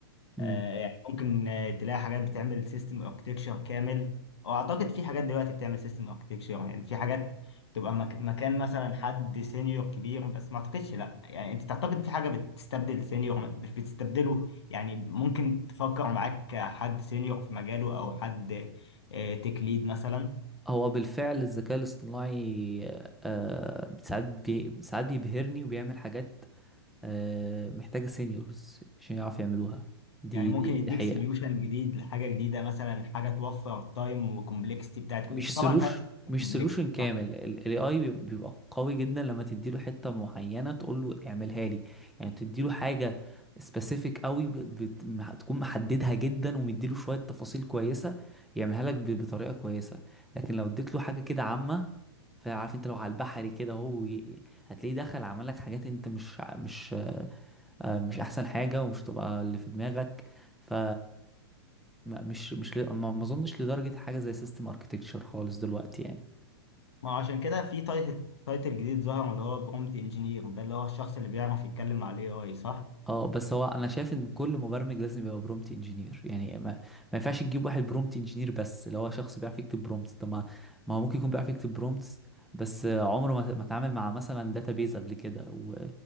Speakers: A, in the centre; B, on the left (about 80°).
A: امم
B: آه، يعني ممكن آه، تلاقي حاجات بتعمل سيستم اركتكشر كامل او اعتقد في حاجات دلوقتي بتعمل سيستم اركتكشر يعني في حاجات تبقى مك مكان مثلا حد سينيور كبير بس ما اعتقدش لا يعني انت تعتقد في حاجة بتستبدل سينيور مش بتستبدله يعني ممكن تفكر معاك حد سينيور في مجاله او حد تك ليد مثلا
A: هو بالفعل الذكاء الاصطناعي آه ساعات بي... ساعات بيبهرني وبيعمل حاجات آه محتاجة سينيورز عشان يعرف يعملوها دي
B: يعني ممكن
A: دي
B: يديك
A: دي حقيقة
B: سوليوشن جديد لحاجة جديدة مثلا حاجة توفر تايم وكومبلكستي بتاعت
A: مش
B: انت
A: سلوش
B: طبعا فاهم
A: مش
B: كومبلكستي
A: سولوشن كامل
B: صح؟
A: الاي اي بيبقى قوي جدا لما تديله حته معينه تقول له اعملها لي يعني تديله حاجه سبيسيفيك قوي ب- بت- مح- تكون محددها جدا ومديله شويه تفاصيل كويسه يعملها لك ب- بطريقه كويسه لكن لو اديت له حاجه كده عامه فعارف انت لو على البحري كده هو ي- هتلاقيه دخل عمل لك حاجات انت مش مش آه، مش احسن حاجه ومش تبقى اللي في دماغك ف ما- مش مش ل- ما ما اظنش لدرجه حاجه زي سيستم اركتكتشر خالص دلوقتي يعني
B: ما هو عشان كده في تايتل تايتل جديد ظهر اللي هو برومت انجينير ده اللي هو الشخص اللي بيعرف يتكلم مع الاي اي صح؟
A: اه بس هو انا شايف ان كل مبرمج لازم يبقى برومت انجينير يعني ما, ما ينفعش تجيب واحد برومت انجينير بس اللي هو شخص بيعرف يكتب برومت طب ما ما هو ممكن يكون بيعرف يكتب برومتس بس عمره ما ما اتعامل مع مثلا داتابيز قبل كده و